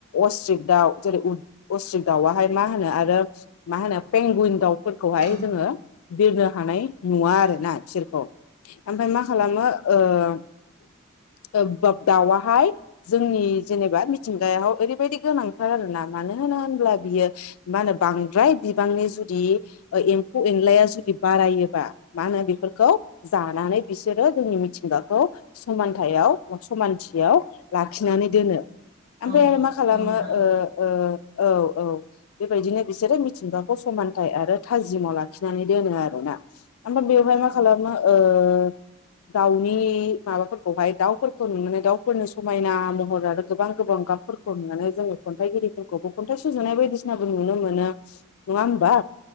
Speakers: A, on the left (about 80°); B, on the right (about 50°).
A: अस्ट्रिक दाउ जेरै उट अस्ट्रिक दाउआहाय मा होनो आरो मा होनो पेंगुइन दाउ फोरखौहाय
B: औ
A: जोङो बिरनो हानाय नुवा आरो ना बिसोरखौ। ओमफ्राय मा खालामो ओ <unintelligible> दाउआहाय जोंनि जेनेबा मिथिंगायाव ओरैबायदि गोनांथार आरो ना मानो होनो होनब्ला बियो मा होनो बांद्राय बिबांनि जुदि एम्फौ एनलाया जुदि बारायोबा मा होनो बेफोरखौ जानानै बिसोरो जोंनि मिथिंगाखौ समानथायाव बा समानथियाव लाखिनानै दोनो। ओमफाय
B: औ
A: आरो मा खालामो
B: औ नोंथां
A: ओ
B: औ
A: ओ औ औ। बेबायदिनो बिसोरो मिथिंगाखौ समानथाइ आरो थाजिमाव लाखिनानै दोनो आरोना। ओफ्राय बेवहाय मा
B: औ
A: खालामो ओ दाउनि माबाफोरखौहाय दाउफोरखौ नुनानै दाउफोरनि समायना महर आरो गोबां गोबां गाबफोरखौ नुनानै जोङो खन्थाइगिरिफोरखौबो खन्थाइ सुजुनाय बायदिसिनाबो नुनो मोनो। नङा होमबा